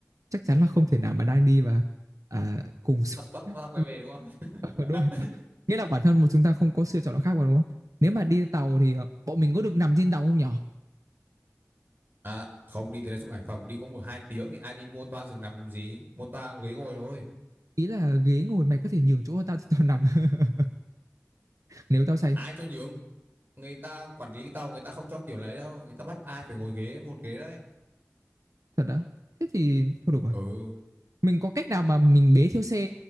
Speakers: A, on the right; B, on the right.
A: chắc chắn là không thể nào mà đang đi và à, cùng số-
B: Bắt bắt bắt quay về
A: <laughs>
B: đúng không?
A: ở đôi
B: <laughs>
A: tao. nghĩa là bản thân một chúng ta không có sự chọn nào khác mà đúng không nếu mà đi tàu thì ờ, bọn mình có được nằm trên tàu không nhở
B: À, không đi từ đây xuống Hải Phòng đi có một hai tiếng thì ai đi mua toa giường nằm làm gì mua toa ghế ngồi thôi
A: ý là ghế ngồi mày có thể nhường chỗ cho tao cho tao nằm <laughs> nếu tao say
B: ai cho nhường người ta quản lý cái tàu người ta không cho kiểu lấy đâu người ta bắt ai phải ngồi ghế một ghế đấy
A: thật đã thế thì thôi được rồi
B: ừ
A: mình có cách nào mà mình bế theo xe